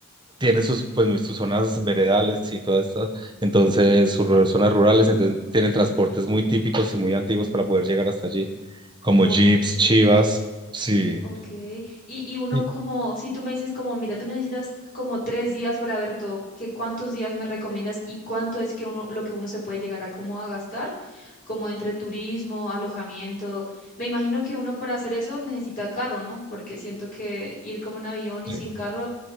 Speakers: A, on the right (about 20°); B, on the left (about 40°).
A: tiene sus, pues, sus zonas veredales y todo esto, entonces sus ru- zonas rurales, entonces tienen transportes muy típicos y muy antiguos para poder llegar hasta allí, como
B: Bonito.
A: jeeps, chivas, sí.
B: Ok, y, y uno
A: Y-
B: como, si tú me dices como, mira, tú necesitas como tres días para ver todo, ¿qué cuántos días me recomiendas y cuánto es que uno, lo que uno se puede llegar a como a gastar, como entre turismo, alojamiento? Me imagino que uno para hacer eso necesita carro, ¿no? Porque siento que ir como en avión y
A: Sí,
B: sin carro,